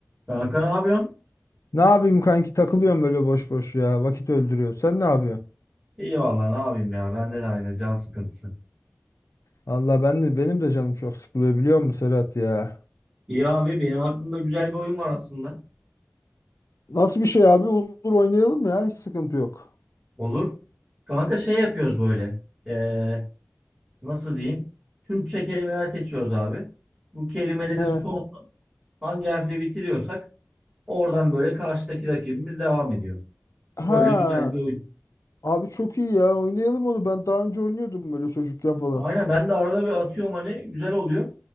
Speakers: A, on the right (about 15°); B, on the left (about 75°).
A: Kanka ne yapıyorsun?
B: Ne yapayım kanki takılıyorum böyle boş boş ya. Vakit öldürüyor. Sen ne yapıyorsun?
A: İyi vallahi ne yapayım ya. Bende de aynı can sıkıntısı.
B: Allah ben de benim de canım çok sıkılıyor biliyor musun Serhat ya?
A: İyi abi benim aklımda güzel bir oyun var aslında.
B: Nasıl bir şey abi? Olur oynayalım ya. Hiç sıkıntı yok.
A: Olur. Kanka şey yapıyoruz böyle. Ee, nasıl diyeyim? Türkçe kelimeler seçiyoruz abi. Bu kelimelerin
B: He.
A: son hangi harfle bitiriyorsak oradan böyle karşıdaki rakibimiz devam ediyor.
B: Ha.
A: Böyle güzel bir oyun.
B: Abi çok iyi ya. Oynayalım onu. Ben daha önce oynuyordum böyle çocukken falan.
A: Aynen ben de arada bir atıyorum hani güzel oluyor.